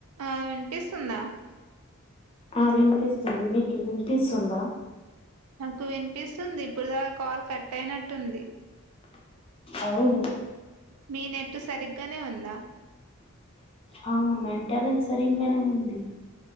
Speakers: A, on the right; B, on the left.
A: అహ్ వినిపిస్తుందా
B: ఆ వినిపిస్తుంది మీకి వినిపిస్తుందా
A: నాకు వినిపిస్తుంది ఇప్పుడు దాక కాల్ కట్ అయినట్టుంది
B: అవును
A: మీ నెట్ సరిగ్గానే ఉందా
B: అవును మెంటర్నెన్స్ సరింగానే ఉంది